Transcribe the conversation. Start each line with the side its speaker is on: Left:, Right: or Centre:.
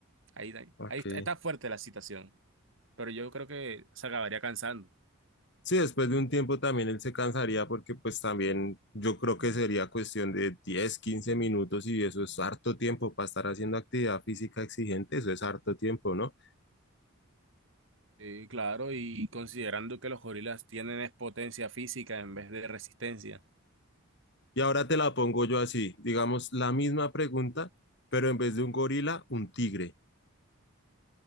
Right: ahí,
Left: Ok.
Right: ahí está está fuerte la situación. Pero yo creo que se acabaría cansando.
Left: Sí, después de un tiempo también él se cansaría porque pues también yo creo que sería cuestión de 10 15 minutos y eso es harto tiempo para estar haciendo actividad física exigente, eso es harto tiempo, ¿no?
Right: Sí, claro, y considerando que los gorilas tienen es potencia física en vez de resistencia.
Left: Y ahora te la pongo yo así, digamos, la misma pregunta, pero en vez de un gorila, un tigre.